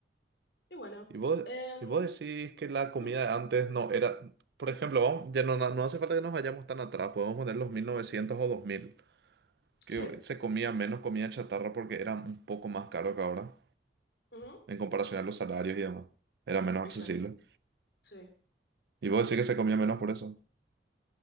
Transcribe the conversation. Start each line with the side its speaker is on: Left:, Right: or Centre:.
Left: Y bueno,
Right: Y vos,
Left: em,
Right: y vos decís que la comida
Left: mm,
Right: de antes no era... Por ejemplo, vamos- ya no, no no hace falta que nos vayamos tan atrás, podemos poner los 1900 o 2000 que
Left: sí,
Right: se comía menos comida chatarra porque era un poco más caro que ahora,
Left: ujú,
Right: en comparación a los salarios y demás. Era menos
Left: exacto,
Right: accesible.
Left: sí.
Right: Y vos decís que se comía menos por eso.